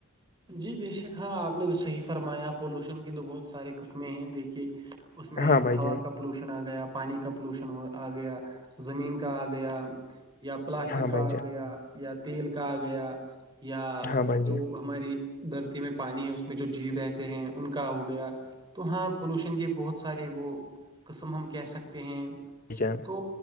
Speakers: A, on the right; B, on the left.
A: جی بےشک ہاں آپ نے تو صحیح فرمایا پولوشن کی تو بہت سارے قسمیں ہیں دیکھیے اس میں
B: ہاں بھائی
A: ہوا
B: جان
A: کا پولوشن آ گیا پانی کا پولوشن ہو آ گیا زمین کا آ گیا یا پلاسٹک
B: ہاں
A: کا
B: بھائی
A: آ
B: جان
A: گیا یا تیل کا آ گیا یا
B: ہاں بھائی
A: جو
B: جان
A: ہماری دھرتی میں پانی ہے اس میں جو جیو رہتے ہیں ان کا ہو گیا تو ہاں پولوشن کے بہت سارے وہ قسم ہم کہہ سکتے ہیں
B: جچان
A: تو